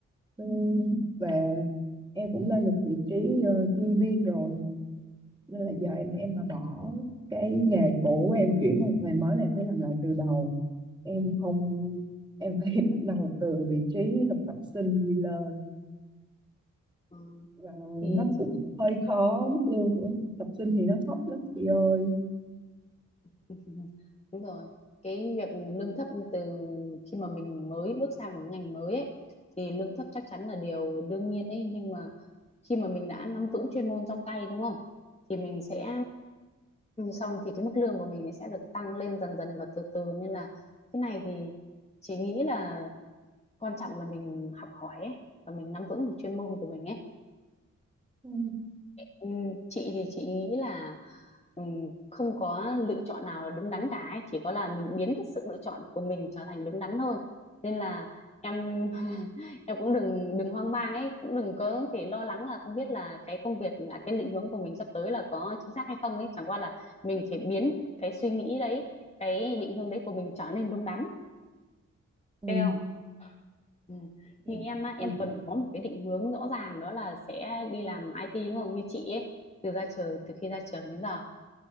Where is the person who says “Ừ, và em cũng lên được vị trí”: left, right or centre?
Right